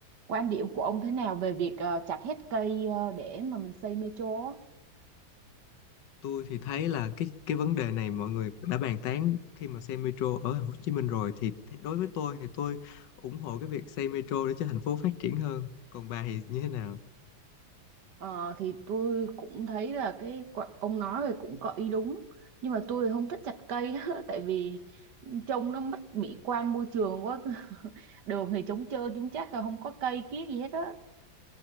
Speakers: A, on the right; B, on the left.
A: quan điểm của ông thế nào về việc ờ, chặt hết cây ờ, để mà mình xây metro á?
B: tôi thì thấy là cái cái vấn đề này mọi người đã bàn tán khi mà xây metro ở thành phố Hồ Chí Minh rồi thì th- đối với tôi thì tôi ủng hộ cái việc xây metro để cho thành phố phát triển hơn còn bà thì như thế nào
A: Ờ, thì tôi cũng thấy là cái quả- ông nói thì cũng có ý đúng nhưng mà tôi không thích chặt cây á, <laughs> tại vì trông nó mất mỹ quan môi trường quá <laughs> đường thì trống trơn chúng chắc là không có cây kiết gì hết á